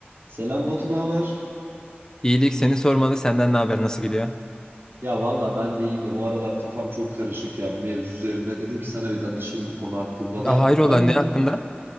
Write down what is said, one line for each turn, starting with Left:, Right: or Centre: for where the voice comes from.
Right: Selam Batu, ne haber?
Left: İyilik seni sormalı. Senden ne haber? Nasıl gidiyor?
Right: Ya valla ben de iyiyim de bu aralar kafam çok karışık ya bir mevzu üzerinde. Dedim ki sana bir danışayım bu konu hakkında da.
Left: Aa, hayrola
Right: Ben
Left: ne
Right: bir-
Left: hakkında?